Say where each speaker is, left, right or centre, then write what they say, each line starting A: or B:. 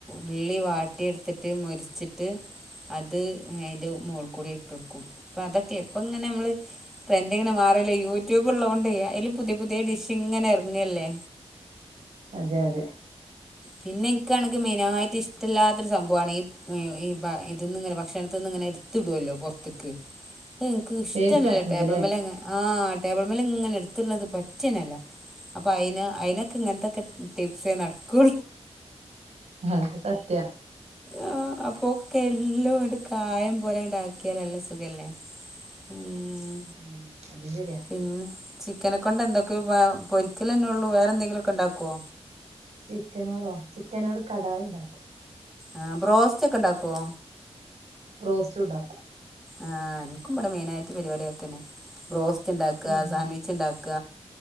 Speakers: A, in the centre; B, on the right.
A: ഉള്ളി വാട്ടിയെടുത്തിട്ട് മൊരിച്ചിട്ട് അത് അതിന്റെ മോൾകൂടി ഇട്ടൊട്ക്കും പ്പൊ അതൊക്കെ ഇപ്പങ്ങനെ നമ്മള് ട്രന്റ്ങ്ങനെ മാറല്ലേ യൂട്യൂബ് ഉള്ളത് കൊണ്ട് അതില് പുതിയ പുതിയ ഡിഷ് ഇങ്ങനെ എറങ്ങല്ലേ
B: അതെ അതെ
A: പിന്നെ ഇക്കാണെങ്കിൽ മെയിനായിട്ട് ഇഷ്ടമല്ലാത്തരു സംഭവമാണ് ഈ ഈ ഇത്ന്ന്ങ്ങനെ ഭക്ഷണത്ത്ങ്ങനെ ഇട്ത്ത് ഇടുമല്ലോ പൊറത്ത്ക്ക് അഹ് ഇൻക്ക് ഇഷ്ടഞ്ഞല്ല
B: വേസ്റ്റ് ആക്കുന്നത്ല്ലേ
A: ടേബിൾ മല ആഹ് ടേബിൾ മല് ഇങ്ങനെ ഇട്ത്ത്ട്ണത് പറ്റഞ്ഞല്ല അപ്പൊ അയിന് അയിനൊക്കെ ഇങ്ങൻത്തക്കെ ടിപ്സെ നടക്കൂ
B: അത് സത്യ
A: ആഹ് അപ്പൊക്കെ എല്ലാം കായം പോലെ ഇണ്ടാക്കിയാല് നല്ല സുഖല്ലേ ഉം
B: ഉം അതും ശരിയാ
A: പിന്നെ ചിക്കനെ കൊണ്ട് എന്തൊക്കെ പൊരിക്കലന്നെ ഒള്ളൂ വേറെന്തെങ്കിലൊക്കെ ഉണ്ടാക്കോ
B: ചിക്കനോടോ ചിക്കനോട് കടായി ഇണ്ടാക്കും
A: ആഹ് ബ്രാസ്റ്റൊക്കെ ഇണ്ടാക്കോ?
B: ബ്റോസ്റ്റു ഉണ്ടാക്കും
A: ആഹ് ഇൻക്കും ഇവിടെ മെയിനായിട്ട് പരിപാടി അതൊക്കന്നെ ബ്രാസ് സ്റ്റ് ഇണ്ടാക്ക
B: ഉം
A: സാൻവിച്ച് ഉണ്ടാക്ക